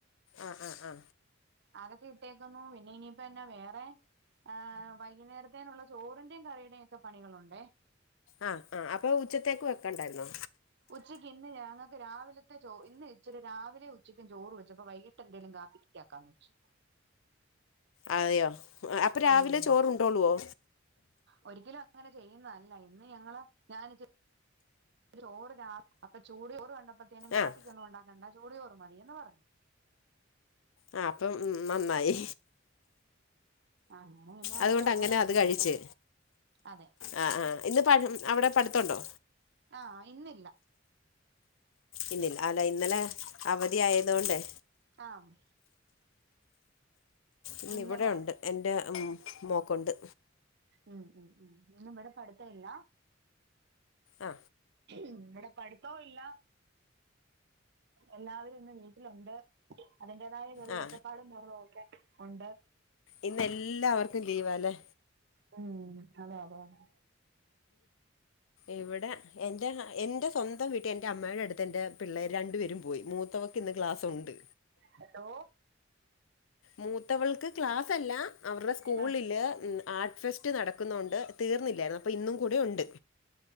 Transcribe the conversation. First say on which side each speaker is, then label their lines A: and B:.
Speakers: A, on the left; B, on the right.
A: ആഹ് ആ ആ.
B: അതൊക്കെ ഇട്ടേയ്ക്കുന്നു. പിന്നെ ഇനിയിപ്പന്നാ വേറെ, ആഹ് വൈകുന്നേരത്തേനുള്ള ചോറിന്റെയും, കറിയുടെയും ഒക്കെ പണികളുണ്ടേ.
A: ആഹ് ആ അപ്പൊ ഉച്ചത്തേക്ക് വെക്കണ്ടായിരുന്നോ?
B: ഉച്ചയ്ക്ക് ഇന്ന് ഞങ്ങൾക്ക് രാവിലത്തെ ചോ ഇന്ന് ഇച്ചിരി രാവിലെ ഉച്ചക്കും ചോറ് വെച്ച്. അപ്പ വൈകിട്ട് എന്തേങ്കലും കാപ്പിക്ക്, ണ്ടാക്കാന്ന് വച്ചു.
A: അതെയോ.? അപ്പൊ രാവിലെ
B: ഉം
A: ചോറുണ്ടോളുവോ
B: ഒരിക്കലും അങ്ങനെ ചെയ്യുന്നതല്ല. ഇന്ന് ഞങ്ങള് ഞാൻ ഇച്ചി- ചോറ് രാ അപ്പം ചൂട്ചോറ് കണ്ടപ്പോഴത്തേനും, കാപ്പിക്കൊന്നും
A: ആഹ്
B: ഉണ്ടാക്കണ്ട, ചൂട് ചോറ് മതിയന്ന് പറഞ്ഞു.
A: ആ അപ്പം ഉം നന്നായി.
B: അങ്ങനെ പിന്നെ
A: അതുകൊണ്ട്
B: അവരെ
A: അങ്ങനെ
B: സെറ്റാക്കി
A: അത് കഴിച്ചു.
B: അതെ
A: ആ ആ. ഇന്ന് പ മ് അവിടെ പഠിത്തണ്ടോ?
B: ആഹ് ഇന്നില്ല.
A: ഇന്നില്ല. അല്ല ഇന്നലെ അവധിയായതു കൊണ്ടെ,
B: ആഹ്.
A: ഇന്ന്
B: ഇന്നലെ
A: ഇവിടെ ഉണ്ട്, എന്റെ മോക്കുണ്ട്.
B: ഉം ഉം ഉം ഇന്നു ഇവിടെ പഠിത്തമില്ല.
A: ആ
B: ഇവിടെ പഠിത്തോം ഇല്ല. എല്ലാവരും ഇന്ന് വീട്ടിലുണ്ട്. അതിന്റേതായ ചെറിയ
A: ആ
B: ഒച്ചപ്പാടും ബഹളവും ഒക്കെ ഉണ്ട്.
A: ഇന്ന് എല്ലാവർക്കും ലീവാല്ലേ.
B: ഉം അതെ അതെ അതെ.
A: ഇവിടെ എന്റെ എന്റെ സ്വന്തം വീട്ടിൽ എന്റെ അമ്മയുടെ അടു ത്ത്ണ്ട്. ‌ പിള്ളേര് രണ്ടുപേരും പോയി. മൂത്തവക്ക് ഇന്ന് ക്ലാസ്സ് ഉണ്ട്.
B: ഹലോ
A: മൂത്തവൾക്ക് ക്ലാസ്സല്ല. അവര്ടെ സ്കൂളില്
B: ആഹ്
A: ആർട്ട് ഫെസ്റ്റ് നടക്കുന്നുണ്ട്. തീർന്നില്ലായിരുന്നു. അപ്പോ ഇന്നും കൂടെയുണ്ട്.